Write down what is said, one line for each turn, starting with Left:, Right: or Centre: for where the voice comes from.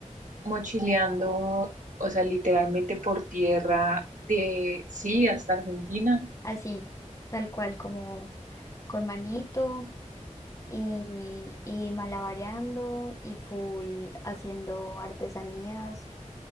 Right: mochileando, o sea, literalmente por tierra de, sí, hasta Argentina.
Left: Así, tal cual, como con manito. y, y malabareando y full haciendo artesanías